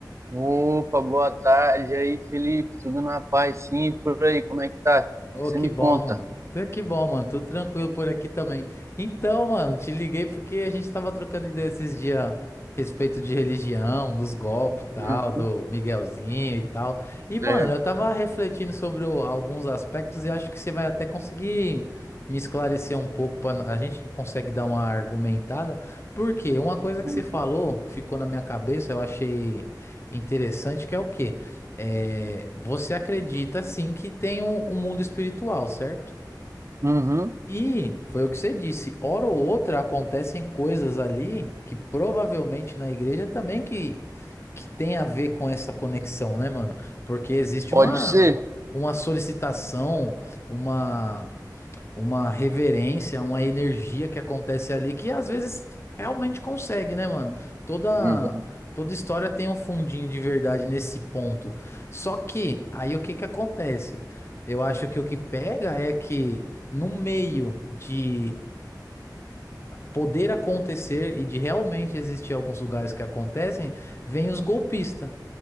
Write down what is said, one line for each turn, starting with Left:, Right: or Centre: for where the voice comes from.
Right: Opa, boa tarde aí, Felipe. Tudo na paz, sim, por aí. Como é que tá?
Left: Ô,
Right: O que você
Left: que
Right: me
Left: bom,
Right: conta?
Left: mano. Tu- Que bom, mano. Tudo tranquilo por aqui também. Então, mano, te liguei porque a gente tava trocando ideia esses dias a respeito de religião, dos golpes e tal,
Right: Uhum,
Left: do Miguelzinho e tal. E, mano,
Right: certo.
Left: eu tava refletindo sobre o- alguns aspectos e acho que você vai até conseguir me esclarecer um pouco. para a gente consegue dar uma argumentada. Porque uma coisa que
Right: Uhum.
Left: você falou, que ficou na minha cabeça, eu achei interessante, que é o quê? é, você acredita sim que tem um, um mundo espiritual, certo?
Right: Uhum.
Left: E foi o que você disse, hora ou outra acontecem coisas ali que provavelmente na igreja também que, que tem a ver com essa conexão, né, mano? Porque existe
Right: Pode
Left: uma,
Right: ser.
Left: uma solicitação, uma uma reverência, uma energia que acontece ali que às vezes realmente consegue, né, mano? Toda
Right: Uhum.
Left: toda história tem um fundinho de verdade nesse ponto. Só que aí o que que acontece? Eu acho que o que pega é que no meio de poder acontecer e de realmente existir alguns lugares que acontecem, vem os golpistas.